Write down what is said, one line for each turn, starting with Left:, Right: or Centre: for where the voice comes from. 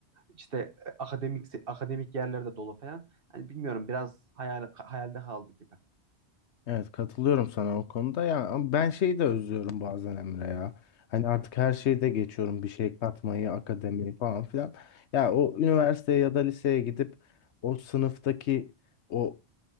Right: İşte e, akademik akademik yerlerde dolu falan. Hani bilmiyorum biraz hayal hayalde kaldı gibi.
Left: Evet katılıyorum sana o konuda ya ama ben şeyi de özlüyorum bazen Emre ya. Hani artık her şeyi de geçiyorum bir şey katmayı, akademiyi falan filan. Ya o üniversiteye ya da liseye gidip o sınıftaki o